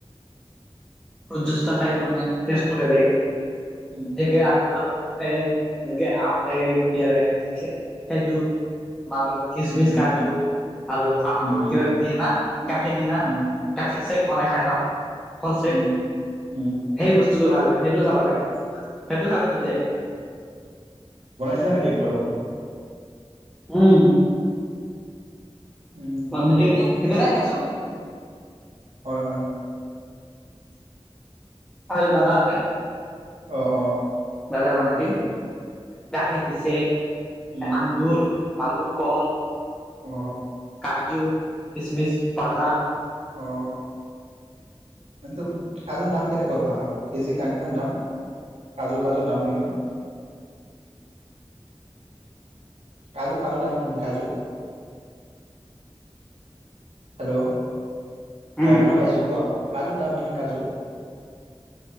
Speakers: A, in the centre; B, on the right (about 80°).
A: ফ্ৰুট জুচতা খাই মানে তেষ্টো বেলেগ।
B: উম
A: যেকে আৰু আৰু এই যেনকে <unintelligible> এই কিহেৰে কি খেজুৰ মাৰ কিচমিচ
B: উম উম
A: কাজু আৰু আখৰুত,
B: উম
A: কিবা কিবি দিয়ে না গাখীৰ দিয় না
B: উম
A: গাখীৰ চেক বনাই খাই ন ফল চেক।
B: উম উম
A: সেই বস্তুতটো ভাল নাই। সেইটো চাব লাগে। সেইটো খালে হৈ যায়।
B: যা নাই নেকি একবাৰ?
A: উম
B: উম উম
A: অহ', সেইদিনা -সেইদিনা খাই চো
B: হয় - হয়।
A: আহ', দাদা আছে
B: অ অ
A: দাদাই বনাইছিল গাখীৰ দিছে
B: উম
A: আংগুৰ, মালভোকল,
B: অ অ
A: কাজু, খি, বাদাম।
B: অহ ', কিন্তু কাজুৰ দাম কেনেকুৱা ভা কেজি কিমান দাম কাজু - কাজুৰ দাম কিমান? কাজুৰ- কাজুৰ দাম কিমান কাজু? হেল্ল',
A: উম
B: অহ ' শুনা পাইছোঁ কোৱা? কাজুৰ দাম কিমান কাজু?